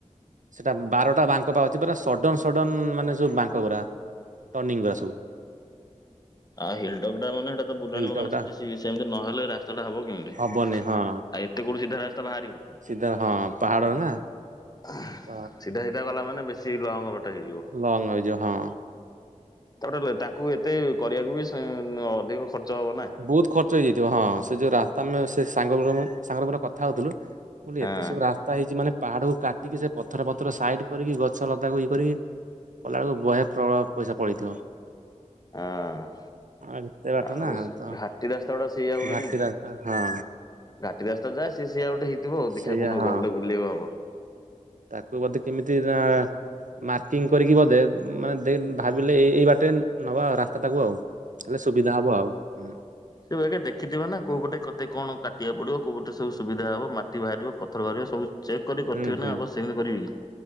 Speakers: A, on the right; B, on the left.
A: ସେଇଟା ବାରଟା ବାଙ୍କ ପା ଅଛି ପୁରା ସଡ଼ନ ସଡ଼ନ ମାନେ ଯୋଉ ବାଙ୍କ ଗୁଡା ଟର୍ଣ୍ଣିଂଙ୍ଗ ଗୁଡା ସବୁ।
B: ଆଉ ହିଲଟକ୍ ଟା ମାନେ ସେଟା ତ ବୁଲାଣି
A: ହିଲ୍
B: ବଙ୍କାଣି
A: ଟପ୍ ଟା
B: ସେମିତି ସେମିତି ନହଲେ ରାସ୍ତାଟା ହବ କେମିତି?
A: ହବନି ହଁ।
B: ଆଉ ଏତେ କୋଉଠି ସିଧା ରାସ୍ତା ବାହାରିବ?
A: ସିଧା ହଁ ପାହାଡରେ ନା।
B: ଆ
A: ତ
B: ସିଧା ସିଧା ଗଲା ମାନେ ବେଶୀ ଲଙ୍ଗ ବାଟ ହେଇଯିବ।
A: ଲଙ୍ଗ ହେଇଯିବ ହଁ।
B: ତାପଟେ ତାଙ୍କୁ ଏତେ କରିବାକୁ ବି ସେ ଅଧିକ ଖର୍ଚ୍ଚ ହବ ନା।
A: ବହୁତ ଖର୍ଚ୍ଚ ହେଇଯାଇଥିବ ହଁ ସେ ଯୋଉ ରାସ୍ତା ଆମେ ସେ ସାଙ୍ଗ ସାଙ୍ଗର ମୋର କଥା ହଉଥିଲୁ। ମୁଁ କହିଲି
B: ହଁ।
A: ଏତେ ସବୁ ରାସ୍ତା ହେଇଛି ମାନେ ପାହାଡକୁ କାଟିକି ସେ ପଥର ପଥର ସାଇଡ କରିକି ଗଛ ଲତାକୁ ଇଏ କରିକି କଲାବେଳକୁ ବହେ ପ୍ରଳୟ ପଇସା ପଳେଇଥିବ
B: ହଁ
A: ଏତେ ବାଟ
B: ଆଉ
A: ନା। ତ
B: ଘାଟି ରାସ୍ତା ଗୁଡା ସେଇଆ ହୁଏନି
A: ଘାଟି
B: କି
A: ରାସ୍ତା ହଁ।
B: ଘାଟି ରାସ୍ତା ଯା ସେ ସେଇଆ ଗୋଟେ ହେଇ ଥିବ ଆଉ ଦେଖିଆ
A: ସେଇଆ
B: କୋଉଦିନ
A: ହଁ
B: ଗଲେ ବୁଲିଆକୁ ହବ।
A: ତାକୁ ବୋଧେ କେମିତି ନା ମାର୍କିଂ କରିକି ବୋଧେ ମାନେ ଦେନ୍ ଭାବିଲେ ଏ ଏଇ ବାଟେନ୍ ନବା ଆଉ ରାସ୍ତାଟାକୁ ଆଉ। ହେଲେ ସୁବିଧା ହବ ଆଉ ହଁ।
B: ସେ ବେଗେ ଦେଖିଥିବେ ନା କୋଉ ପଟେ କେତେ କଣ କାଟିବାକୁ ପଡିବ କୋଉ ପଟେ ସବୁ ସୁବିଧା ହବ ମାଟି ବାହାରିବ ପଥର ବାହାରିବ ସବୁ ଚେକ୍ କରି କରିଥିବେ
A: ହୁଁ ହୁଁ
B: ନା ଆଉ କଣ ସେମିତି କରିବେ କି।